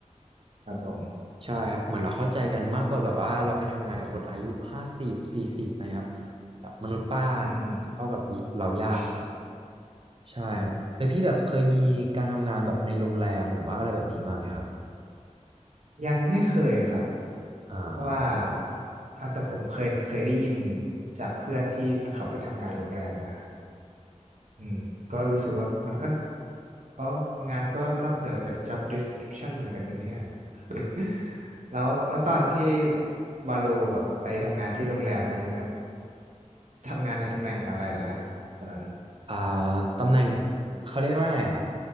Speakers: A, on the right; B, on the right.
A: ครับผม
B: ใช่ครับเหมือนเราเข้าใจกันมากกว่าแบบว่าเราไปทำงานกับคนอายุห้าสิบสี่สิบอะไรครับแบบมนุษย์ป้าก็เข้ากับเรายากครับผม
A: อืมอืม
B: ใช่ครับแล้วพี่แบบเคยมีการทำงานแบบในโรงแรมหรือว่าอะไรแบบนี้มาไหมครับผม
A: <laughs> ยังไม่เคยเลยครับ
B: อ่า
A: เพราะว่าอ่ะแต่ผมเคยเคยได้ยินจากเพื่อนที่เขาไปทำงานโรงแรมมาอืมก็รู้สึกว่ามันก็อ๋องานก็นอกเหนือจาก job description เหมือนกันนะเนี่ย <laughs> แล้วแล้วตอนที่วาโลแบบไปทำงานที่โรงแรมนี้แบบทำงานในตำแหน่งอะไรล่ะฮะตอนนั้น
B: อ่าตำแหน่งเขาเรียกว่าไงอะครับ